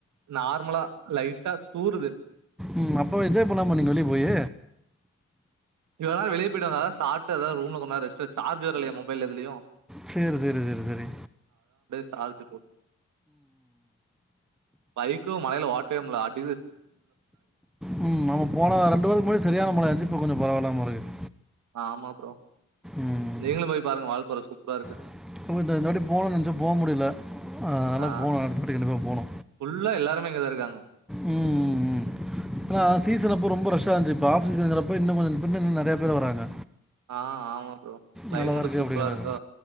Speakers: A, on the right (about 70°); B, in the centre.
A: நார்மலா லைட்டா தூருது
B: உ அப்போ என்ஜாய் பண்ணலாமே வெளிய போயீ
A: இவ்ளோ நாள் வெளிய போய்டுவந்ததா அதா சாப்ட்டு ரூம்ல கொஞ்ச நேரோ ரெஸ்ட் எடுத்து சார்ஜு இல்லயா மொபைல்ல எதுலயு
B: செரி செரி செரி செரி
A: சார்ஜு போ பைக்கும் மலைல வாட்டவே முடில ஆட்
B: உ அப்ப போன வா ரென்டு வாரதுக்கு முன்னாடி சரியான மழாயான்ச்சு இப்ப கொஞ்ச பரவால்ல முறைக்குது
A: ஆமா ப்ரோ
B: ம்
A: நீங்களு போய் பாருங்க வாழ்பார சூப் ப்ராருக்கு
B: <unintelligible> இந்த வாட்டி போனு நெனச்சே போ முடில ஆனா
A: ஆ
B: போனு அடுத்த வாட்டி கண்டிப்பா போனு
A: ஃபுல்லா எல்லாருமே இங்கதான் இருக்காங்க.
B: உ உ உ ஆனா சீசன் அப்ப ரொம்ப ரஷ் ப்பா இந்த பாசிசேங்ரப்போ இன்னு கொஞ்சோ இன்னு நெறைய பேர் வாறாங்க
A: ஆ ஆமா ப்ரோ. கிளைமேட்டும்
B: நல்லாதாருக்கு
A: சூப்பரா
B: அப்டிங்கிறாங்க
A: இருக்கா.